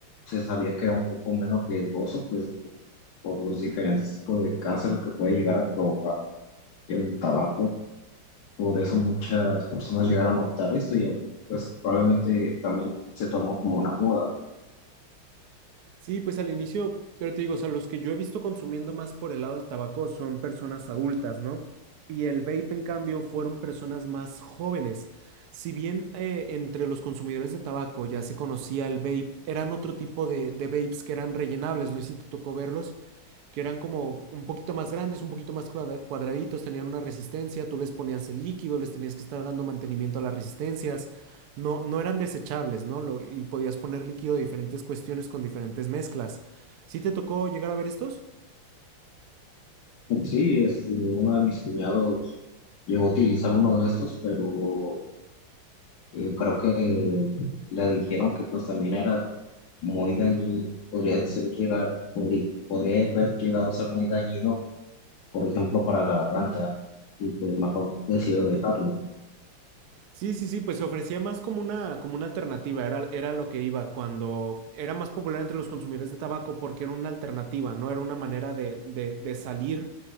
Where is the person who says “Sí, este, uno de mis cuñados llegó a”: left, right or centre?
Left